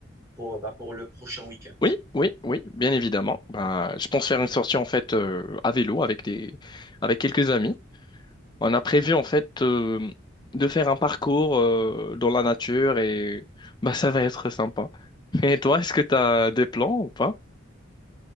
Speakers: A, on the right; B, on the left.
A: pour, bah, pour le prochain week-end?
B: Oui, oui, oui, bien évidemment. Bah, je pense faire une sortie en fait euh, à vélo avec des, avec quelques amis. On a prévu en fait euh, de faire un parcours euh, dans la nature et bah ça va être sympa. Et toi, est-ce que tu as des plans ou pas?